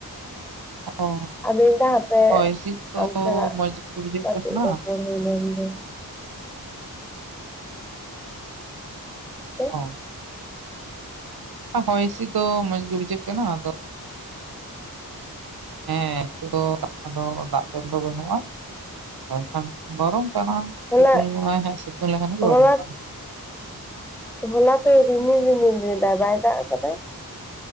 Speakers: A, on the right (about 80°); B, in the centre.
A: ᱚ
B: ᱟᱫᱚ ᱤᱧᱫᱟ ᱦᱟᱯᱮ
A: ᱦᱚᱭ ᱦᱤᱸᱥᱤᱫ ᱛᱚ
B: ᱟᱢ ᱥᱟᱞᱟᱜ
A: ᱢᱚᱸᱡᱽ ᱜᱮ ᱵᱩᱡᱷᱟᱹᱜ
B: ᱠᱟᱹᱴᱤᱡ
A: ᱠᱟᱱᱟ
B: ᱨᱚᱯᱚᱲ ᱦᱩᱭ ᱞᱮᱱᱜᱮ ᱛᱚ
A: ᱚ ᱦᱚᱭ ᱦᱤᱸᱥᱤᱫ ᱫᱚ ᱢᱚᱸᱡᱽ ᱜᱮ ᱵᱩᱡᱷᱟᱹᱜ ᱠᱟᱱᱟ ᱟᱫᱚ ᱦᱮᱸ ᱱᱤᱛᱚᱜ ᱫᱚ ᱫᱚ ᱫᱟᱜ ᱫᱚᱞ ᱫᱚ ᱵᱟᱹᱱᱩᱜᱼᱟ <unintelligible> ᱜᱚᱨᱚᱢ ᱠᱟᱱᱟ
B: ᱦᱚᱞᱟ
A: ᱥᱤᱛᱩᱝ ᱦᱚ ᱥᱤᱛᱩᱝ ᱞᱮᱠᱷᱟᱱ ᱜᱮ ᱜᱚᱨᱚᱢ
B: ᱦᱚᱞᱟ
A: ᱠᱟᱱᱟ
B: ᱦᱚᱞᱟ ᱛᱚᱭ ᱨᱤᱢᱤᱞ ᱨᱤᱢᱤᱞ ᱨᱮᱫᱟᱭ ᱵᱟᱭ ᱫᱟᱜ ᱟᱠᱟᱫᱟᱭ?